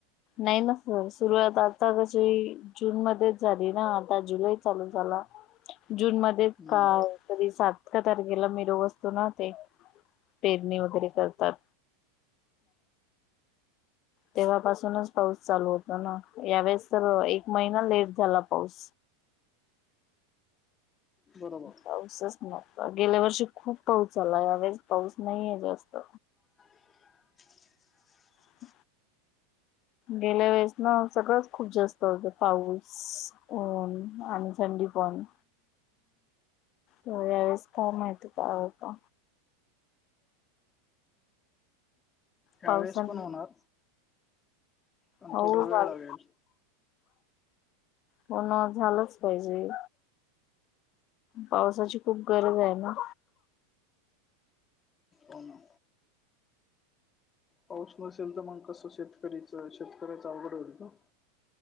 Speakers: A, on the left (about 40°); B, on the left (about 25°).
A: नाही ना स सुरुवात आता कशी जून मध्येच झाली ना आता जुलै चालू झाला जून मध्येच
B: हम्म
A: काय तरी सात तारखेला मिर असतो ना ते पेरणी वगैरे करतात. तेव्हापासूनच पाऊस चालू होतो ना यावेळेस तर एक महिना लेट झाला पाऊस
B: बरोबर
A: पाऊसच. गेल्या वर्षी खूप पाऊस झाला यावेळेस पाऊस नाहीे जास्त.
B: <unintelligible>
A: <inaudible> गेल्या वेळेस ना सगळंच खूप जास्त होतं पाऊस ऊन आणि थंडी पण तर यावेेळेस काय माहिती काय होत.
B: यावेेळेस
A: पावसान
B: पण होणार. पण
A: हो
B: थोडा
A: झालं
B: वेळ लागेल
A: पण झालंच पाहिजे. पावसाची खूप गरज आहे ना
B: होना. पाऊस नसेल तर मग कसं शेतकरीच शेतकऱ्याच अवघड होईल ना.